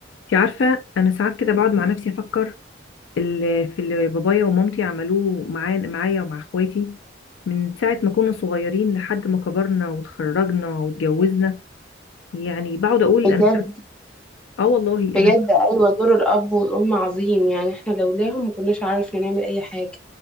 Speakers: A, on the left; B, in the centre.
A: انت عارفه انا ساعات كده بقعد مع نفسي افكر في اللي في اللي بابايا ومامتي عملوه معايا معايا ومع اخواتي من ساعه ما كنا صغيرين لحد ما كبرنا وتخرجنا واتجوزنا يعني بقعد اقول
B: بجد
A: انا اه والله
B: بجد
A: انا
B: ايوه دور الاب والام عظيم يعني احنا لولاهم ما كناش عارفين نعمل اي حاجه